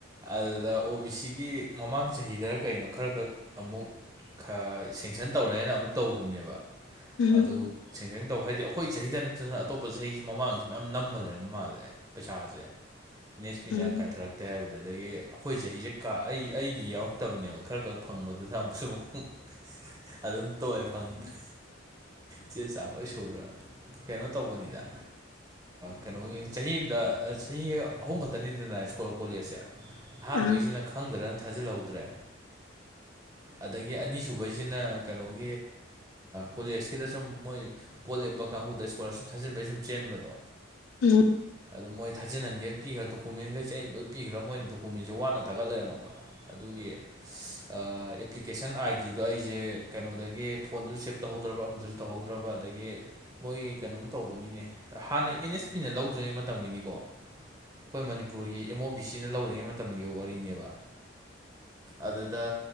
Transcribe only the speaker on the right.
ꯑꯗꯨꯗ ꯑꯣ ꯕꯤ ꯁꯤꯒꯤ ꯃꯃꯥꯡ ꯆꯍꯤꯗꯔ ꯀꯩꯅꯣ ꯈꯔ ꯈꯛ ꯑꯃꯨꯛ ꯈ ꯁꯦꯡꯁꯟ ꯇꯧꯔꯦꯅ ꯑꯃꯨꯛ ꯇꯧꯈꯤꯕꯅꯦꯕ
ꯑꯗꯨ ꯁꯦꯡꯖꯪ ꯇꯧ ꯍꯥꯏꯗꯤ ꯑꯩꯈꯣꯏ ꯆꯍꯤꯗ ꯅꯠꯇꯗꯅ ꯑꯇꯣꯞꯄ ꯆꯍꯤꯁꯨ ꯃꯃꯥꯡꯁꯨ ꯃꯌꯥꯝ ꯅꯝꯕ ꯂꯩꯔꯝ ꯃꯥꯜꯂꯦ ꯄꯩꯁꯥꯁꯦ
ꯑꯦꯟ ꯑꯦꯆ ꯄꯤꯅ
ꯀꯥꯏꯊꯔꯛꯇꯦ ꯍꯥꯏꯕꯗ ꯑꯗꯨꯗꯒꯤ ꯑꯩꯈꯣꯏ ꯆꯍꯤꯁꯦ ꯀꯥ ꯑꯩꯒꯤ ꯑꯩꯒꯤ ꯌꯥꯎꯔꯛꯇꯕꯅꯦꯕ ꯈꯔ ꯈꯔ ꯐꯪꯕꯗꯨꯗ ꯑꯃꯨꯛꯁꯨ ꯑꯃꯨ ꯑꯗꯨꯝ ꯇꯣꯛꯑꯦ ꯐꯪꯗ꯭ꯔꯦ ꯆꯦ ꯆꯥꯃꯩ ꯁꯨꯔ
ꯀꯩꯅꯣ ꯇꯧꯕꯅꯤꯗ ꯀꯩꯅꯣꯒꯤ ꯆꯍꯤ ꯑꯃꯗ ꯆꯍꯤ ꯑꯍꯨꯝ ꯈꯛꯇꯅꯤꯗꯅ ꯁꯀꯨꯜ ꯀꯣꯂꯦꯖꯦ ꯑꯍꯥꯟꯕꯩꯁꯤꯅ
ꯈꯪꯗꯅ ꯊꯖꯟꯍꯧꯗꯔꯦ ꯑꯗꯒꯤ ꯑꯅꯤ ꯁꯨꯕꯩꯁꯤꯅꯥ ꯀꯩꯅꫭꯒ
ꯀꯣꯂꯦꯖꯀꯤꯗ ꯁꯨꯝ ꯃꯣꯏ ꯕꫭꯠ ꯂꯦꯞꯄ ꯀꯥꯡꯕꯨꯗ ꯏꯁꯀꯣꯂꯥꯔꯁꯤꯞ ꯊꯥꯖꯤꯟꯕꯩ ꯁꯨꯝ ꯆꯦꯟꯕꯗꯣ
ꯑꯗꯣ ꯃꯣꯏ ꯊꯥꯖꯤꯍꯟꯒꯦꯅ ꯄꯤꯈ꯭ꯔꯥ ꯗꯣꯀꯨꯃꯦꯟꯈꯩꯁꯦ ꯑꯩꯅ ꯂꯣꯏ ꯄꯤꯈ꯭ꯔ ꯃꯣꯏꯅ ꯗꯣꯀꯨꯃꯦꯟꯁꯦ ꯋꯥꯠꯅ ꯊꯥꯒꯠ ꯂꯩꯔꯝꯃꯕ ꯑꯗꯨ ꯑꯗꯨꯒꯤ ꯑꯦꯄ꯭ꯂꯤꯀꯦꯁꯟ ꯑꯥꯏ ꯗꯤꯗꯣ ꯑꯩꯁꯦ ꯀꯩꯅꯣꯗꯒꯤ ꯐꯣꯟꯗꯨꯁꯨ ꯁ‌ꯦꯞ ꯇꯧꯍꯧꯗ꯭ꯔꯕ ꯑꯃꯗꯨꯁꯨ ꯇꯧꯍꯧꯗ꯭ꯔꯕ ꯑꯗꯒꯤ ꯃꯣꯏ ꯀꯩꯅꯣꯝ ꯇꯧꯕꯅꯤꯅꯦ ꯍꯥꯟꯅ ꯑꯦꯟ ꯑꯦꯁ ꯄꯤꯅ ꯂꯧꯗ꯭ꯔꯤꯉꯩ ꯃꯇꯝꯒꯤꯅꯤꯀꯣ ꯑꯩꯈꯣꯏ ꯃꯅꯤꯄꯨꯔꯒꯤ ꯑꯦꯝ ꯑꯣ ꯕꯤ ꯁꯤꯅ ꯂꯧꯔꯤꯉꯩ ꯃꯇꯝꯒꯤ ꯋꯥꯔꯤꯅꯦꯕ ꯑꯗꯨꯗ